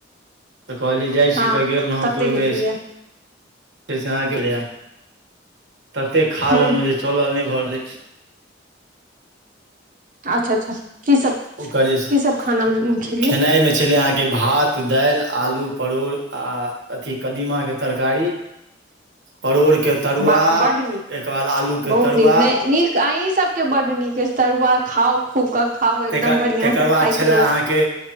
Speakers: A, on the right (about 70°); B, on the right (about 45°).
A: तऽ कहलियै जाइ
B: हँ
A: छियै तऽ गेल रहौं
B: तते
A: तऽ ओहिमे
B: गेल छलियै
A: छै से छै अहाँके लि ततेक खा
B: हूँ
A: लेलहुँ जे चलल नहि भऽ रहल अछि
B: अच्छा अच्छा की सब
A: ओकर जे
B: की सब खाना खेलियै
A: खेनाइ मे छलै अहाँके भात दालि आलू परोड़ आ अथी कदीमा के तरकारी परोड़ के तरुआ
B: वाह बड नीक
A: एकर बाद आलू
B: बहुत
A: के तरुआ
B: नीक ने नीक अहीं सबके बड्ड नीक अछि तरुआ खाउ खूब कऽ खाउ एकदम
A: त
B: बढ़िआं
A: तकर
B: से
A: बाद
B: खाइत
A: छले
B: रहू
A: अहाँके